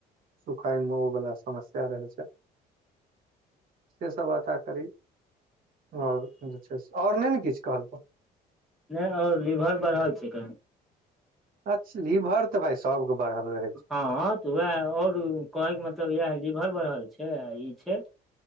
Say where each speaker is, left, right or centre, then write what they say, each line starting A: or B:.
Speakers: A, on the right; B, in the centre.
A: सुखाय <unintelligible> वला समस्या सैह रहै छै, से सभ <unintelligible> करि, आओर जे छै से, आओर नहि ने किछु कहलखुन
B: नहि आओर लीवर बढ़ल छै कऽ
A: अच्छा लीभर ई तॅं भाइ सबके बढ़ल रहै- छै
B: हँ तॅं उएह आओर कहैके मतलब इएहे लीवर बढ़ल छै आ ई छै